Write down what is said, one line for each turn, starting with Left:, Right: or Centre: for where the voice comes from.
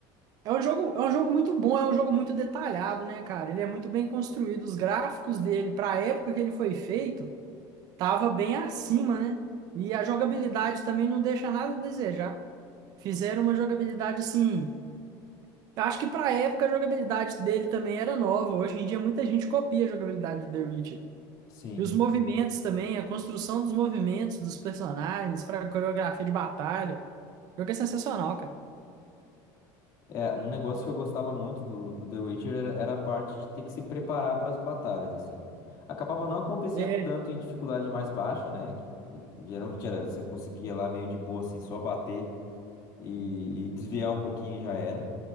Right: é um jogo, é um jogo muito bom, é um jogo muito detalhado, né, cara? Ele é muito bem construído. Os gráficos dele, pra época que ele foi feito, tava bem acima, né? E a jogabilidade também não deixa nada a desejar. Fizeram uma jogabilidade assim. Eu acho que pra época a jogabilidade dele também era nova. Hoje em dia muita gente copia a jogabilidade do The Witcher.
Left: Sim.
Right: E os movimentos também, a construção dos movimentos dos personagens, pra coreografia de batalha. O jogo é sensacional, cara.
Left: É, um negócio que eu gostava muito do, do The Witcher era, era a parte de ter que se preparar para as batalhas, assim. Acabava não acontecendo
Right: É.
Left: tanto em dificuldade mais baixa, né? Que, geralmente era, você conseguia lá meio de boa, assim, só bater e, e desviar um pouquinho e já era.